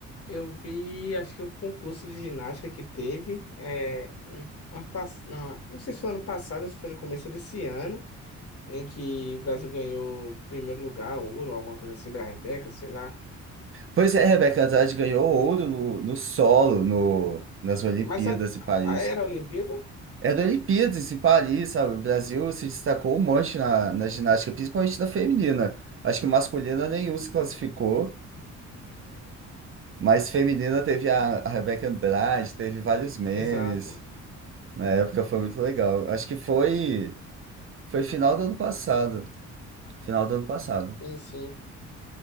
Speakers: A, on the left; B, on the right.
A: Eu vi, acho que o concurso de ginástica que teve, é, ano, ano, pass- não, não sei se foi ano passado, ou se foi no começo desse ano, em que o Brasil ganhou primeiro lugar, ouro, alguma coisa assim da Rebeca, sei lá.
B: Pois é, Rebeca Andrade ganhou ouro no, no solo no, nas Olimpíadas
A: Mas a-
B: de Paris.
A: a- era a Olimpíada?
B: Era Olimpíadas em Paris, sabe? O Brasil se destacou um monte na, na ginástica, principalmente na feminina. Acho que masculina nenhum se classificou, mas feminina teve a, a Rebeca Andrade, teve vários memes.
A: Exato.
B: Na época foi muito legal. Acho que foi, foi final do ano passado. Final do ano passado.
A: Sim, sim.